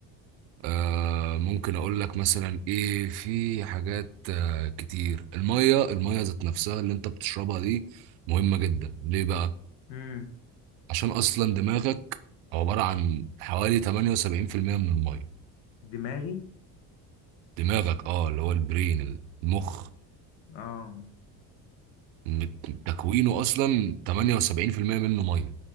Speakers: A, on the right; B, on the left.
A: آه ممكن اقول لك مثلا ايه في حاجات آه كتير الميه الميه ذات نفسها اللي انت بتشربها دي مهمة جدا ليه بقى
B: امم
A: عشان اصلا دماغك عبارة عن حوالي 78% من الميه
B: دماغي
A: دماغك اه اللي هو البرين المخ
B: اه
A: م- تكوينه اصلا 78% منه ميه